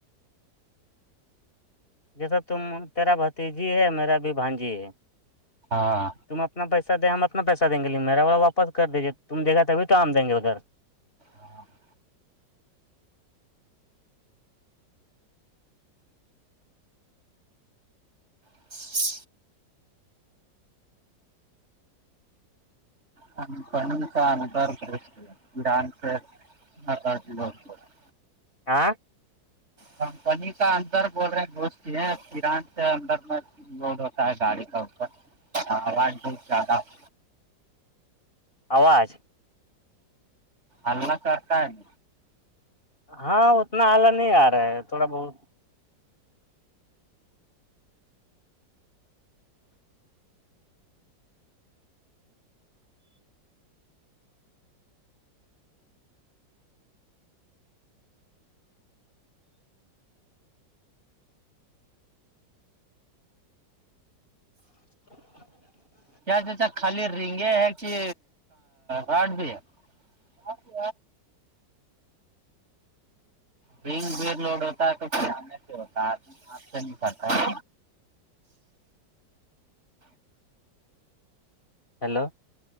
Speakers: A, on the left; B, on the right.
A: جیسا تم تیرا بھتیجی ہے میرا بھی بھانجی ہے
B: ہاں
A: تم اپنا پیسہ دیں ہم اپنا پیسہ دیں گے لے میرا وہا واپس کر دیجیے تم د گا تھی تو آ دیں گے ادھر
B: ہاں ہاں <inaudible> <inaudible> ہم کن کا انبار کررس یہان سے <inaudible> ہاں تازی بس بت <inaudible>
A: آاں <unintelligible>
B: کمپنی کا اندر بول رہے ہیں دوست ہےیران سے اندر میں لوڈ ہوتا ہے گاڑی کا اوپر آاز بھی زیادہ <inaudible>
A: آواز
B: اللہ کررتا <unintelligible>
A: ہاں اتنا آلہ نہیں آ رہا ہے تھوڑا بہت <unintelligible> <inaudible>
B: کیا خال ریگے ہے کہ راڈ بھی ہے <unintelligible> آپ <inaudible> ب لوڈ ہوتا ہے تو ہوتاات سے نہیںتا <inaudible>
A: ہیلو